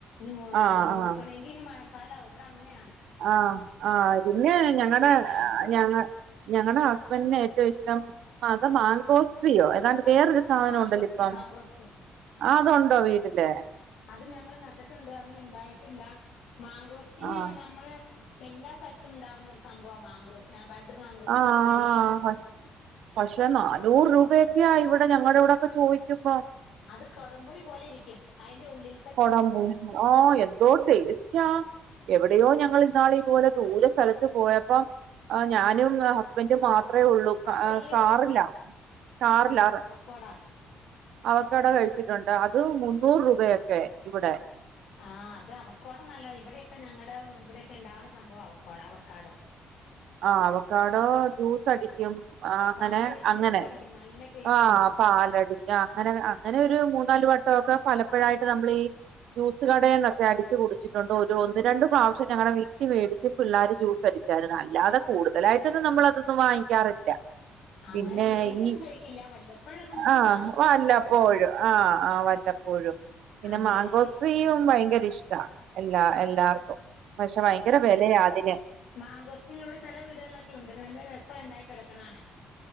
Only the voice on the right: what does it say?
ആഹ്
ആഹ്
ആഹ് ആഹ് പിന്നെ ഞങ്ങടെ
ഞങ്ങ ഞങ്ങടെ ഹസ്ബന്റിന് ഏറ്റവും ഇഷ്ടം അത് മാങ്കോസ്ട്രയോ ഏതാണ്ട് വേറൊരു സാധനം
ഉണ്ടല്ലോ ഇപ്പം
അതുണ്ടോ വീട്ടില്?
ആഹ്
ആഹ്
പക്ഷെ നാനൂറ് രൂപയൊക്കെയാ ഇവിടെ ഞങ്ങൾടെ ഇവിടെക്കെ ചോദിക്കുമ്പോ
കോടം പുളി ഓഹ് ന്തോ ടെസ്റ്റാ എവിടെയോ ഞങ്ങള് ഇന്നാള് ഇതുപോലെ ദൂര സ്ഥലത്ത് പോയപ്പം ആഹ് ഞാനും ഹസ്ബന്റും മാത്ര ഒള്ളൂ
കാറിലാ കാറിലാ
അവക്കട കഴിച്ചിട്ടുണ്ട് അത് മുന്നൂറ് രൂപയൊക്കെ ഇവടെ
ആ ഹ് അവക്കാടോ ജ്യൂസ് അടിക്കും ആഹ് അങ്ങനെ
അങ്ങനെ
ആഹ് പാലടി അങ്ങനെ അങ്ങനൊരു മൂന്നാല് വട്ടൊക്കെ പലപ്പോഴായിട്ട് നമ്മളീ ജ്യൂസ് കടേന്നൊക്കെ അടിച്ച് കുടിച്ചിട്ടുണ്ട് ഒര് ഒന്ന് രണ്ട് പ്രാവശ്യകൊങ്ങനെ വീട്ടിൽ മേടിച്ച് പിള്ളേര് ജ്യൂ സടിച്ചായിരുന്നു അല്ലാതെ കൂടുതലായിട്ടൊന്നും നമ്മള് അതൊന്നും വാങ്ങിക്കാറില്ല
പിന്നെ
ഈ
ആഹ്
വല്ലപ്പോഴും
ആഹ് ആ വല്ല ഴും പിന്നെ
മാങ്കോസ്ട്രിയും
ഭയങ്കര ഇഷ്ട എല്ലാ എല്ലാർക്കും പക്ഷെ ഭയങ്കര വെലയാ അതിന്